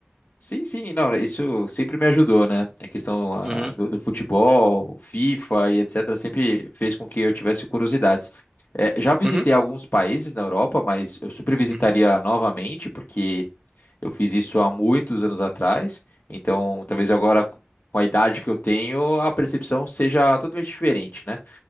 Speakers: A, on the left; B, on the right.
A: Sim, sim, não, isso sempre me ajudou, né? A questão ah,
B: Uhum.
A: do, do futebol, FIFA e etc. sempre fez com que eu tivesse curiosidades. Eh, já visitei
B: Uhum,
A: alguns países na Europa, mas eu super visitaria
B: uhum,
A: novamente, porque eu fiz isso há muitos anos atrás. Então, talvez agora, com a idade que eu tenho, a percepção seja totalmente diferente, né?